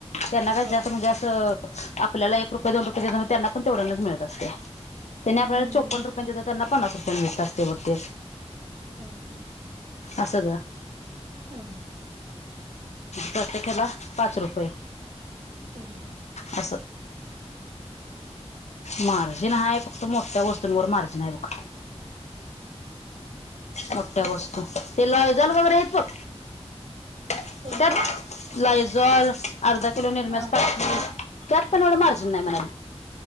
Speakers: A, on the left; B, on the right.
A: त्यांना का
B: ह
A: जास्त म्हणजे असं आपल्याला एक रुपये, दोन रुपये देते, त्यांना पण तेवढ्यांनाच मिळत असते. त्यांनी आपल्याला
B: हम्म
A: चोपन्न रुपय देतात, त्यांना पन्नास रुपयांन मिळत असते बघ ते.
B: हा हा.
A: असं ग.
B: हम्म.
A: प्रत्येकाला पाच रुपये.
B: हम्म.
A: असं. मार्जिन हाय फक्त मोठ्या वस्तूंवर मार्जिन आहे बघ. मोठ्या वस्तू ते लायजॉल वगैरे आहेत बघ? त्यात
B: कोणतं
A: लायजॉल, अर्धा किलो निरम्याचं
B: हा
A: पाकीट त्यात पण एवढं मार्जि न नाही मिळाली.